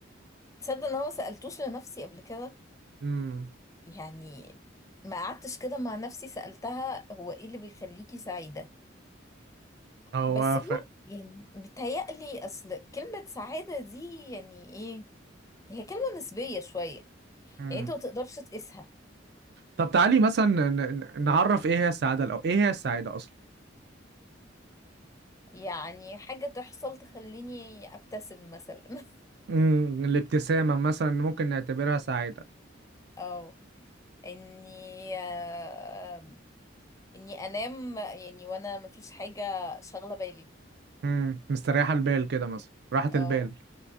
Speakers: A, on the left (about 15°); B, on the right (about 55°).
A: تصدق إن هو سألتوش لنفسي قبل كده
B: امم
A: يعني ما قعدتش كده مع نفسي سألتها هو إيه اللي بيخليكي سعيدة
B: هو
A: بس هو
B: ف...
A: يعني بيتهيألي أصل كلمة سعادة دي يعني إيه هي كلمة نسبية شوية
B: مم.
A: يعني أنت ما تقدرش تقيسها
B: طب تعالي مثلا ن... ن- نعرف ايه هي السعادة الأول ايه هي السعادة أصلا
A: يعني حاجة تحصل تخليني أبتسم مثلا <laughs>
B: امم الابتسامة مثلا ممكن نعتبرها سعادة
A: اه اني آه، اني انام يعني وانا مفيش حاجة شاغلة بالي
B: امم مستريحة البال كده مثلا راحة البال
A: او